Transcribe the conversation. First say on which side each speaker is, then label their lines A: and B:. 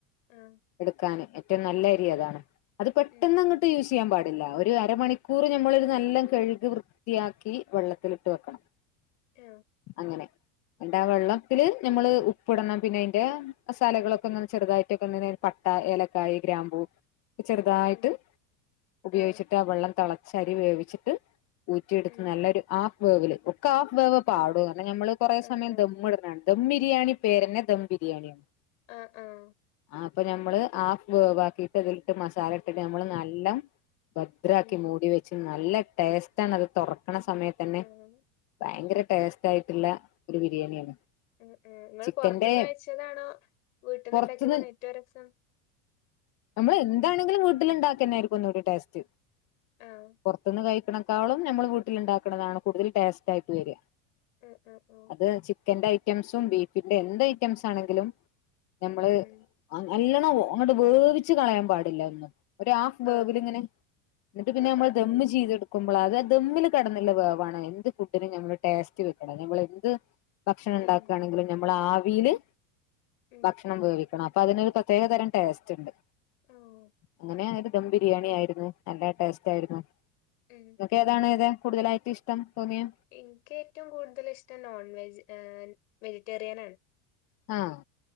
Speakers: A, on the left; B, on the left.
A: ആഹ്
B: എടുക്കാൻ ഏറ്റവും നല്ല അരി അതാണ് അത് പെട്ടെന്ന്
A: ഉം
B: അങ്ങോട്ട്
A: ഉം
B: യൂസ് ചെയ്യാൻ പാടില്ല. ഒരു അരമണിക്കൂർ ഞമ്മളൊരു നല്ലം കഴുകി വൃ വൃത്തിയാക്കി വെള്ളത്തിലിട്ട് വെക്കണം.
A: ആഹ്
B: അങ്ങനെ എന്നിട്ടാ വെള്ളത്തില് നമ്മള് ഉപ്പ് ഇടണം പിന്നെ അതിന്റെ മസാലകളൊക്കെ നമ്മള് ചെറുതായിട്ടൊക്കെ പട്ട ഏലക്കായി ഗ്രാംമ്പൂ ചെറുതായിട്ട്
A: ഉം
B: ഉപയോഗിച്ചിട്ട്.
A: ആഹ്
B: ആ വെള്ളം തിള ച്ചരി വേവിച്ചിട്ട് ഊറ്റിയെടുത്ത്.
A: ഉം
B: നല്ലൊരു ഹാഫ് വേവില്. ഒക്കെ ഹാഫ് വേവ് പാടൂ. കാരണം നമ്മള് കുറേ
A: ആഹ്
B: സമയം
A: ആഹ്
B: ദമ്മിടനാണ് ദം ബിരിയാണി പേരന്നെ ദം ബിരിയാണിയാണ്.
A: ആഹ് ആഹ്
B: ആ അപ്പൊ നമ്മള് ഹാഫ് വേവാക്കീട്ട് അതിലിട്ട് മസാല ഇട്ടിട്ട് നമ്മള് നല്ലം. ഭദ്രാക്കി
A: ഉം
B: മൂടി വെച്ച് നല്ല ടേസ്റ്റ ആണ് അത് തുറ ക്ക്ണ സമയത്തെന്നെ
A: ആഹ്
B: ഭയങ്കര ടേസ്റ്റ് ആയിട്ടുള്ള ഒരു ബിരിയാണിയാണ്
A: ഉം ഉം നിങ്ങൾ
B: ചിക്കന്റെ
A: പുറത്തുന്ന് കഴിച്ചതാണോ വീട്ടിന്ന്
B: പുറത്തുന്ന്
A: ഉണ്ടാക്കിയതാണോ ഏറ്റവും രസം
B: നമ്മൾ എന്താണെങ്കിലും വീട്ടിൽ ഉണ്ടാക്കെന്നായിരിക്കും ഒന്നൂടെ ടേസ്റ്റ്
A: ആഹ്
B: പൊറ്ത്ത്ന്ന് കഴിക്ക്ണക്കാളും നമ്മൾ വീട്ടിലുണ്ടാക്ക്ണതാണ് കൂടുതൽ ടേസ്റ്റ് ആയിട്ട് വരാ
A: ഉം ഉം ഉം
B: അത് ചിക്കന്റെ ഐറ്റംസും ബീഫിന്റെ എന്ത് ഐറ്റംസ് ആണെങ്കിലും നമ്മള്
A: ഉം
B: നല്ലണം അങ്ങട്ട് വേവിച്ച് കളയാൻ പാടില്ല ഒന്നും ഒരു ഹാഫ് വേവില്
A: ആഹ്
B: ഇങ്ങനെ ഇന്നട്ട് പിന്നെ
A: ആഹ്
B: നമ്മള്
A: ആഹ്
B: ദമ്മ്
A: ആഹ്
B: ചെയ്തെടു ക്കുമ്പളാ അത് ദമ്മിൽ കെടന്നുള്ള വേവണം എന്ത് ഫുഡിനും ഞമ്മള് ടേസ്റ്റ് വെക്ക്ണ ഞമ്മൾ എന്ത് ഭക്ഷണം ഉണ്ടാക്കാണെങ്കിലും
A: ഉം
B: ഞമ്മള് ആവീല്
A: ഉം
B: ഭക്ഷണം വേവിക്കണം അപ്പൊ അതിനൊരു പ്രത്യേകതരം ടേസ്റ്റ്ണ്ട്
A: ആഹ്
B: അങ്ങനെ ഒരു ദം ബിരിയാണി
A: ഉം
B: ആയിരുന്ന് നല്ല ടേസ്റ്റ് ആയിരുന്ന്
A: ഉം
B: അൻക്കേതാണ് ഏതാ കൂടുതലായിട്ടിഷ്ടം തോന്നിയെ
A: ഇൻക്ക് ഏറ്റവും കൂടുതൽ ഇഷ്ടം നോൺ വെജ് ഏഹ് വെജിറ്റേറിയൻ ആണ്
B: ആഹ്